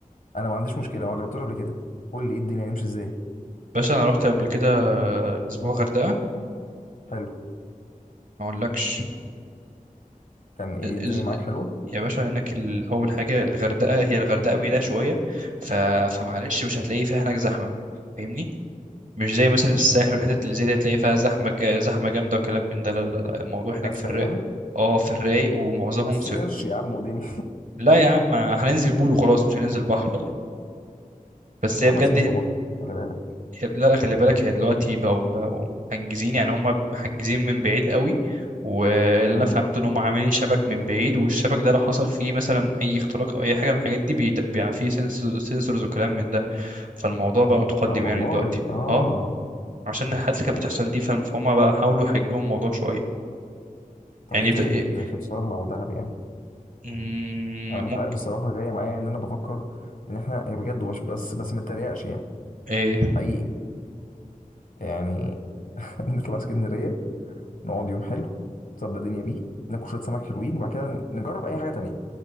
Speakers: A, on the left; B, on the right.
A: انا ما عنديش مشكلة ما جربتهاش قبل كده قول لي ايه الدنيا هنمشي ازاي
B: باشا انا رحت قبل كده اسبوع غردقه
A: حلو
B: ما اقولكش
A: كان ايه
B: إز-
A: الدنيا
B: إز-
A: معاك حلوة
B: يا باشا هناك ال- اول حاجه الغردقه هي الغردقه بعيده شويه ف... فمعلش مش هتلاقي فيها هناك زحمه فاهمني مش زي مثلا الساحل والحتت اللي زي دي هتلاقي فيها زحمة جا- زحمة جامدة وكلام من ده لا لا لا الموضوع هناك
A: اسهل
B: في الرايق
A: يعني
B: اه في الرايق ومعظمهم
A: بس
B: سوق
A: قرش يا عم ودنيا
B: لا يا عم هننزل بول وخلاص مش هننزل بحر
A: <laughs>
B: بس هي
A: يا عم
B: بجد
A: عايزين ننزلوا بحر خلي بالك
B: لا لا خلي بالك هي دلوقتي بقوا بقوا محجزين يعني هم محجزين من بعيد قوي واللي انا
A: امم
B: فهمته ان هم عاملين شبك من بعيد والشبك ده لو حصل فيه مثلا اي اختراق او اي حاجه من الحاجات دي بيبقى فيه سنسورز وكلام من ده فالموضوع بقى متقدم
A: اه والله
B: يعني دلوقتي
A: اه
B: اه عشان الحاجات اللي كانت بتحصل دي فهم- فهم بقى حاولوا يحجموا الموضوع شويه
A: طب
B: يعني
A: ايه تاني
B: بت... إيه...
A: غير غير شرم او دهب يعني
B: مم،
A: انا مش
B: ممكن
A: عارف الصراحه جايه معايا ان انا بفكر ان احنا يعني بجد وش بس بس ما اتريقش يعني
B: إيه...
A: حقيقي يعني <laughs> نطلع اسكندريه نقعد يوم حلو نظبط الدنيا بيه ناكل شويه سمك حلوين وبعد كده نجرب اي حاجه تانية